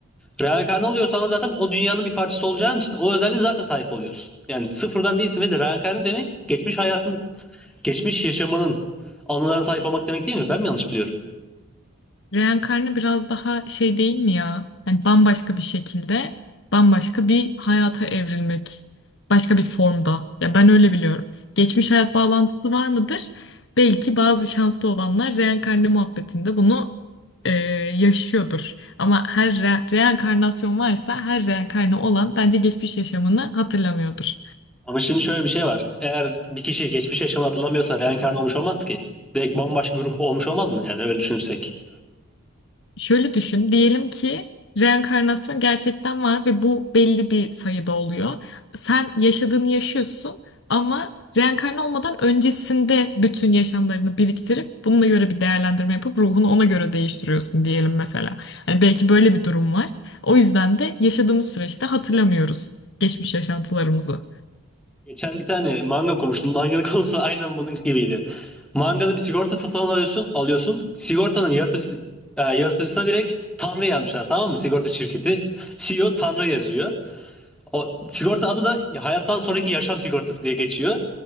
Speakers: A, in the centre; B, on the left (about 55°).
A: Reenkarnı oluyorsan da zaten o dünyanın bir parçası olacağın için o özelliğe zaten sahip oluyorsun. Yani sıfırdan değilsin ve de reenkarnı demek geçmiş hayatın, geçmiş yaşamının anılarına sahip olmak demek değil mi? Ben mi yanlış biliyorum?
B: Reenkarnı biraz daha şey değil mi ya? Yani bambaşka bir şekilde, bambaşka bir hayata evrilmek. Başka bir formda. Ya ben öyle biliyorum. Geçmiş hayat bağlantısı var mıdır? Belki bazı şanslı olanlar reenkarnı muhabbetinde bunu e, yaşıyordur. Ama her re- reenkarnasyon varsa her reenkarnı olan bence geçmiş yaşamını hatırlamıyordur.
A: Ama şimdi şöyle bir şey var. Eğer bir kişi geçmiş yaşamını hatırlamıyorsa reenkarnı olmuş olmaz ki. Direkt bambaşka bir ruh olmuş olmaz mı? Yani öyle düşünürsek.
B: Şöyle düşün, diyelim ki reenkarnasyon gerçekten var ve bu belli bir sayıda oluyor. Sen yaşadığını yaşıyorsun ama reenkarne olmadan öncesinde bütün yaşamlarını biriktirip bununla göre bir değerlendirme yapıp ruhunu ona göre değiştiriyorsun diyelim mesela. Hani belki böyle bir durum var. O yüzden de yaşadığımız süreçte hatırlamıyoruz geçmiş yaşantılarımızı.
A: Geçen bir tane manga okumuştum. Manganın <laughs> konusu aynen bunun gibiydi. Mangada bir sigorta satın alıyorsun. alıyorsun. Sigortanın yaratıcısı, e, yaratıcısına direkt Tanrı yazmışlar tamam mı? Sigorta şirketi. CEO Tanrı yazıyor. O sigorta adı da hayattan sonraki yaşam sigortası diye geçiyor.